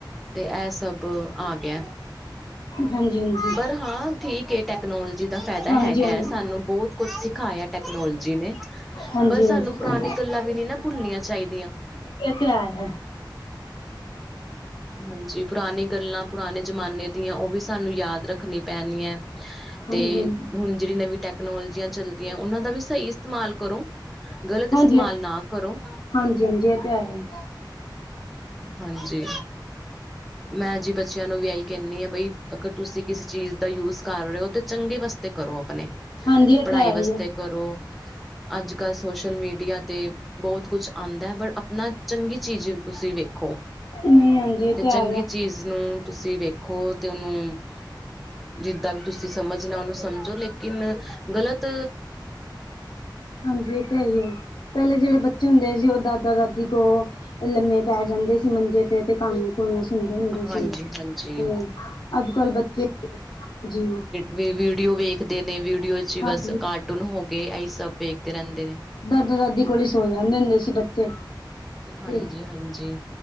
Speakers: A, in the centre; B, on the left.
A: ਤੇ ਐ ਸਭ ਆ ਗਿਆ।
B: ਹਾਂਜੀ, ਹਾਂਜੀ।
A: ਪਰ ਹਾਂ, ਠੀਕ ਏ ਟੈਕਨੋਲੋਜੀ ਦਾ ਫਾਇਦਾ
B: ਹਾਂਜੀ-ਹਾਂਜੀ,
A: ਹੈਗਾ ਐ। ਸਾਨੂੰ ਬੋਤ ਕੁਛ ਸਿਖਾਇਆ ਟੈਕਨੋਲੋਜੀ ਨੇ।
B: ਹਾਂਜੀ-ਹਾਂਜੀ,
A: ਪਰ ਸਾਨੂੰ ਪੁਰਾਣੀ ਗੱਲਾਂ ਵੀ ਨਈ ਨਾਂ ਭੁੱਲਣੀਆਂ ਚਾਈਦੀਆਂ।
B: ਏ ਤੇ ਏਇ।
A: ਹਾਂਜੀ। ਪੁਰਾਣੀ ਗੱਲਾਂ, ਪੁਰਾਣੇ ਜਮਾਨੇ ਦੀਆਂ ਓ ਵੀ ਸਾਨੂੰ ਯਾਦ ਰੱਖਣੀ ਪੈਣੀ ਐ।
B: ਹਾਂਜੀ-ਹਾਂਜੀ,
A: ਤੇ ਹੁਣ ਜੇੜੀ ਨਵੀਂ ਟੈਕਨੋਲੋਜੀਆਂ ਚੱਲਦੀਆਂ। ਓਨਾਂ ਦਾ ਵੀ ਸਈ ਇਸਤੇਮਾਲ ਕਰੋ। ਗਲਤ ਇਸਤੇਮਾਲ
B: ਹਾਂਜੀ-ਹਾਂਜੀ,
A: ਨਾ ਕਰੋ।
B: ਹਾਂਜੀ-ਹਾਂਜੀ ਇਹ ਤੇ ਹੈ। ਹੀ,
A: ਹਾਂਜੀ। ਮੈਂ ਜੀ ਬੱਚਿਆਂ ਨੂੰ ਵੀ ਆਈ ਕੈਣੀ ਆ, ਬਈ ਅਗਰ ਤੁਸੀਂ ਕਿਸੇ ਚੀਜ਼ ਦਾ ਯੂਜ ਕਰ ਰੇ ਓ, ਤੇ ਚੰਗੇ ਵਾਸਤੇ ਕਰੋ ਅਪਣੇ,
B: ਹਾਂਜੀ ਇਹ ਤੇ
A: ਪੜ੍ਹਾਈ
B: ਹੈ ਹੀ
A: ਵਸਤੇ
B: ਆ,
A: ਕਰੋ। ਅੱਜ-ਕਲ ਸੋਸ਼ਲ ਮੀਡੀਆ ਤੇ ਬੋਤ ਕੁੱਛ ਆਂਦਾ ਐ। ਪਰ ਆਪਣਾ ਚੰਗੀ ਚੀਜ਼ ਤੁਸੀਂ ਵੇਖੋ।
B: <inaudible>
A: ਤੇ ਚੰਗੀ
B: ਹੀ ਆ।
A: ਚੀਜ਼ ਨੂੰ ਤੁਸੀਂ ਵੇਖੋ ਤੇ ਓਨੂੰ ਜਿੱਦਾਂ ਵੀ ਤੁਸੀਂ ਸਮਝਨਾਂ ਓਨੂੰ ਸਮਝੋ। ਲੇਕਿਨ ਗਲਤ
B: ਹਾਂਜੀ ਏ ਤੇ ਹੈ ਈ ਐ ਪੈਲੇ ਜੇੜੇ ਬੱਚ ਹੁੰਦੇ ਸੀ, ਓ ਦਾਦਾ ਦਾਦੀ ਕੋ ਲੰਮੇ ਪੈ ਜਾਂਦੇ ਸੀ ਮੰਜੇ ਤੇ, ਤੇ ਕਾਣੀਆਂ ਕੂਨੀਆਂ ਸੁਣਦੇ ਹੁੰਦੇ
A: ਹਾਂਜੀ
B: ਸੀ। ਤੇ
A: ਹਾਂਜੀ
B: ਅੱਜ-ਕਲ ਬੱਚੇ, ਜੀ।
A: ਵੀ ਵੀਡੀਓ ਵੇਖਦੇ ਨੇ, ਵੀਡੀਓ ਚ
B: ਹਾਂਜੀ
A: ਬਸ ਕਾਰਟੂਨ ਹੋ ਗੇ ਏਈ ਸਭ ਵੇਖਦੇ ਰੈਂਦੇ ਨੇ।
B: ਦਾਦਾ, ਦਾਦੀ ਕੋਲ ਈ ਸੋ ਜਾਂਦੇ ਹੁੰਦੇ ਸੀ, ਬੱਚੇ।
A: ਹਾਂਜੀ,
B: ਤੇ
A: ਹਾਂਜੀ।